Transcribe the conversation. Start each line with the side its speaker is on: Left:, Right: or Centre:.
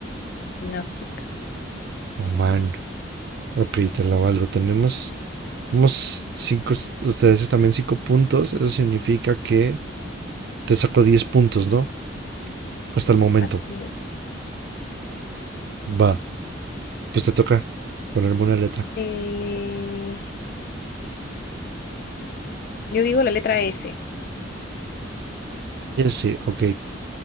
Left: en África.
Right: Oh, man. Ok, te la valgo. Tenemos unos cinco, ustedes también cinco puntos. Eso significa que te saco 10 puntos, ¿no? Hasta el momento.
Left: Así es.
Right: Va, pues te toca ponerme una letra.
Left: Eh, yo digo la letra S,
Right: Ese, ok.